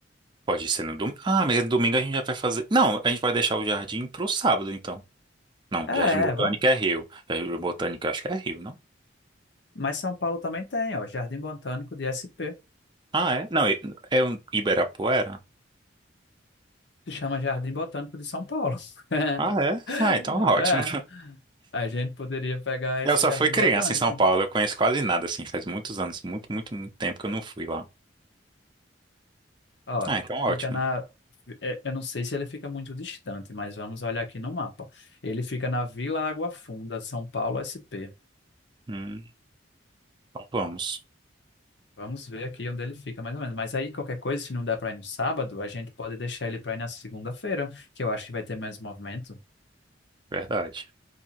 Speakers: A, on the right; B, on the left.
A: Pode ser no domingo. Ah, mas no domingo a gente já vai fazer. Não, a gente vai deixar o jardim pro sábado, então. Não,
B: É,
A: Jardim Botânico
B: é, vamos.
A: é Rio. Jardim Botânico eu acho que é Rio, não?
B: Mas São Paulo também tem, ó, Jardim Botânico de SP.
A: Ah, é? Não, é é o Ibirapuera?
B: Se chama Jardim Botânico de São Paulo. <laughs>
A: Ah, é? Ah, então ótimo.
B: É,
A: <laughs>
B: a gente poderia pegar
A: Eu
B: esse
A: só
B: Jardim
A: fui criança
B: Botânico.
A: em São Paulo, eu conheço quase nada, assim, faz muitos anos, muito, muito, muito tempo que eu não fui lá.
B: Ó,
A: Ah, então ótimo.
B: fica na. é, Eu não sei se ele fica muito distante, mas vamos olhar aqui no mapa. Ele fica na Vila Água Funda, São Paulo, SP.
A: Hum, então vamos.
B: Vamos ver aqui onde ele fica, mais ou menos. Mas aí, qualquer coisa, se não der pra ir no sábado, a gente pode deixar ele pra ir na segunda-feira, que eu acho que vai ter mais movimento.
A: Verdade.